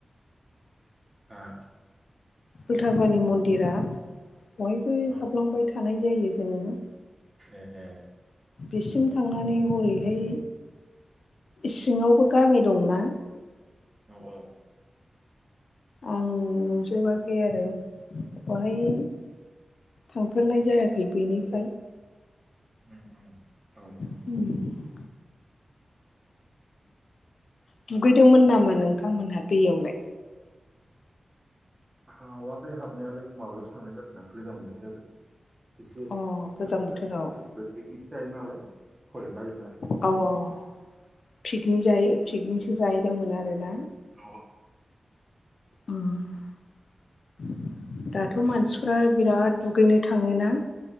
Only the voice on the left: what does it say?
उल्थाफानि मन्दिरा बयबो
हाबलांबाय थानाय जायो जों--ङो
बिसिम थांनानै हरैहाय सिंङावबो गामि दंना।
आं नुजोबाखै आरो बहाय। थांफेरनाय जायाखै बेनिफ्राइ।
उम, दुगैदोमोन नामा नोंथांमोनहा दैयावलाय।
अ गोजां
बोथोराव
औ औ पिकनिक जायो पिकनिकसो जाहैदोंमोन आरोना।
अ दाथ'
मानसिफ्रा
बिराद दुगैनो थाङोना।